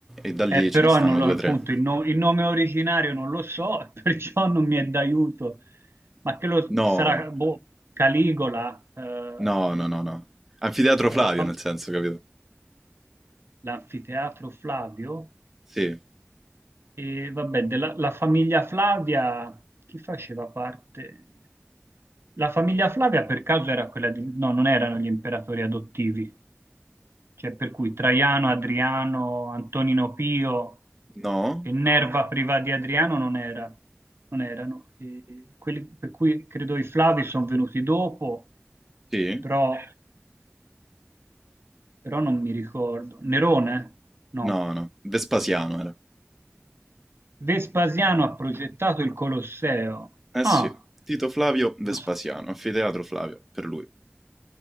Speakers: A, in the centre; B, on the right.
A: E da lì
B: Eh, però
A: ce ne stanno
B: non lo-
A: due
B: appunto
A: o tre.
B: il, no- il nome originario non lo so, <laughs> perciò non mi è d'aiuto. Ma che lo
A: No.
B: sarà boh, Caligola, ehm,
A: No, no, no, no. Anfiteatro
B: eh,
A: Flavio,
B: fam-
A: nel senso, capito?
B: l'anfiteatro Flavio
A: Sì.
B: e vabbè, della, la famiglia Flavia, chi faceva parte? La famiglia Flavia per caso era quella di... No, non erano gli imperatori adottivi. Cioè, per cui Traiano, Adriano, Antonino Pio
A: No?
B: e Nerva privati di Adriano non era, non erano. E quelli per cui credo i Flavi sono venuti dopo,
A: Sì?
B: però, però non mi ricordo. Nerone? No.
A: No, no. Vespasiano era.
B: Vespasiano ha progettato il Colosseo.
A: Eh
B: Ah,
A: sì. Tito Flavio Vespasiano,
B: non so-
A: anfiteatro Flavio, per lui.